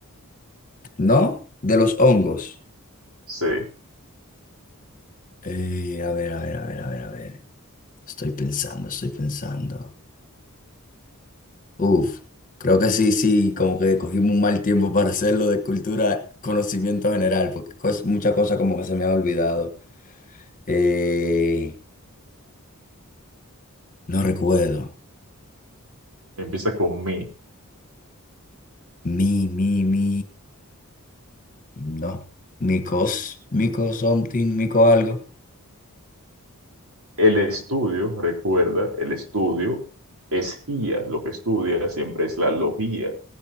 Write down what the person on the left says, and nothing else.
¿No? De los hongos.
Eh, a ver, a ver, a ver, a ver, a ver. Estoy pensando, estoy pensando. Uf, creo que sí, sí, como que cogimos un mal tiempo para hacerlo de cultura, conocimiento general, porque cos- muchas cosas como que se me han olvidado. Eh, no recuerdo.
Mi, mi, mi. No. Micos, mico something, mico algo.